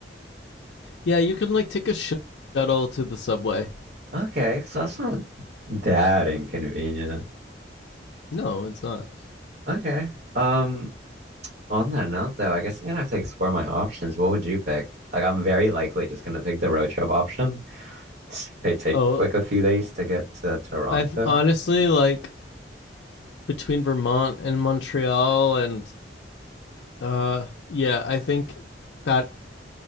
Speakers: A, on the left; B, on the right.
A: Yeah, you can like take a shuttle to the subway.
B: Okay, so that's not that inconvenient.
A: No, it's not.
B: Okay. Um, on that note, though, I guess I'm gonna have to explore my options. What would you pick? Like, I'm very likely just gonna pick the road trip option. It's- It take
A: Oh,
B: like a few days to get to Toronto.
A: I've honestly like between Vermont and Montreal, and uh, yeah, I think that